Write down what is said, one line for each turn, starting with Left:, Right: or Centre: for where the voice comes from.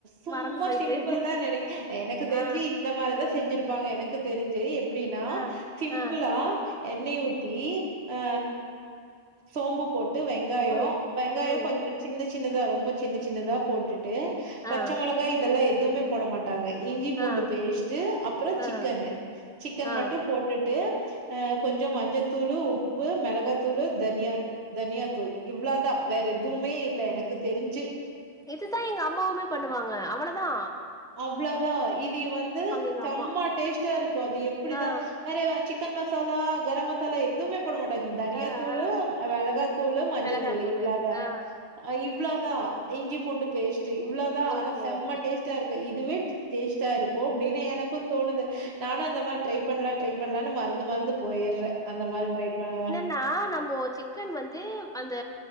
Right: சும்மா
Centre: மறந்து போயிட்டு
Right: சிம்பிள் தா நினைக்க எனக்கு தெரிஞ்சு
Centre: ஆ,
Right: இந்த மாதிரிதான் செஞ்சிருப்பாங்க எனக்கு தெரிஞ்சி எப்டின்னா
Centre: ஆ,
Right: சிம்பிளா
Centre: ஆ,
Right: எண்ணெய ஊத்தி அ சோம்பு போட்டு வெங் ங்காயம்
Centre: ம்,
Right: வெங்காயம்
Centre: ம்,
Right: கொஞ்சம் சின்ன சின்னதா ரொம்ப சின்ன சின்னதா போட்டுட்டு ட்டு பச்ச
Centre: ஆ,
Right: மிளகா இதெல்லாம் எதுவுமே போட மாட் ங்க இஞ்சி பூண்டு
Centre: ஆ,
Right: பேஸ்ட்டு அப்பறம்
Centre: ஆ,
Right: சிக்கனு சிக்கன்
Centre: ஆ,
Right: மட்டும் போட்டுட்டு ஆ கொஞ்சோ மஞ்சத் தூளு உப்பு மிளகாத்தூளு தனியா தனியா தூள் இவ்ளோ தான் வேற எதுவுமே இல்ல எனக்கு தெரிஞ்சு
Centre: இதுதான் எங்க அம்மாவுமே பண்ணுவாங்க அவ்வளதா
Right: அவ்வளோதான் இதிய வந்து
Centre: எங்க
Right: செம
Centre: அம்மா.
Right: டேஸ்டா இருக்கும் அது எப்புடிதான்
Centre: ஆ,
Right: நிறைய சிக்கன் மசாலா கரம் மசாலா மசாலா எதுவுமே போட மாட்டாங்க சாலா எதுமே போட மாட்டாங்க இந்த தனியாத்தூளு
Centre: ஆ, ஆ,
Right: மெளகாத்தூளு மஞ்சத்தூளு
Centre: மிளகாத்தூளு.
Right: இவ்ளோதா
Centre: ஆ,
Right: அ இவ்வளோதான் இஞ்சி பூண்டு பேஸ்ட் இவ்ளோ தான்
Centre: ஓகே,
Right: ஆனா செம்ம
Centre: ஓகே.
Right: டேஸ்ட் ட்ட இருக்கும் இதுவே டேஸ்ட்டா இருக்கும் அப்படின்னு எனக்கும் தோணுது நானு ம் அந்த மாறி ட்ரை பண்ணலாம் ட்ரை பண்ணலானு மறந்து மறந்து போயிடுற அந்த மாரி ட்ரை பண்ணவா
Centre: னா நம்ம சிக்கன் வந்து அந்த